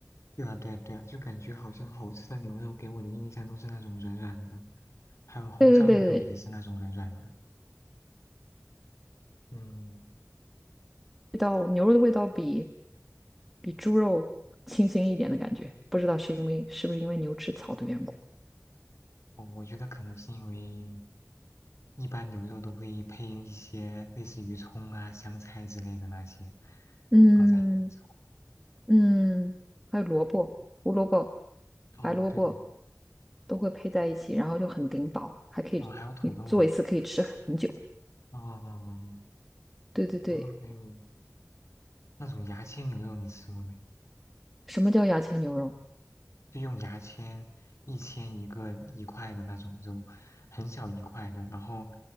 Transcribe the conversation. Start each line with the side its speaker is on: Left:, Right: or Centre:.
Left: 对啊对啊对啊，就感觉好像好吃的牛肉给我的印象都是那种软软的，还有红烧牛肉也是那种软软的。
Centre: 对对对对，
Left: 嗯，
Centre: 味道牛肉的味道比比猪肉清新一点的感觉。不知道是因为是不是因为牛吃草的缘故。
Left: 我我觉得可能是因为一般牛肉都会配一些类似于葱啊、香菜之类的那些，
Centre: 嗯
Left: 放在一起炒。
Centre: 嗯，还有萝卜、胡萝卜、
Left: 哦，
Centre: 白萝卜
Left: 对对对，
Centre: 都会配在一起，然后就很顶饱，还可以你做一次可以吃很久。
Left: 哦，还有土豆呢。哦，哦哦哦
Centre: 对对对，
Left: 然后还有那种牙签牛肉，你吃过没？
Centre: 什么叫牙签牛肉？
Left: 就用牙签一签一个一块的那种肉，很小一块的，然后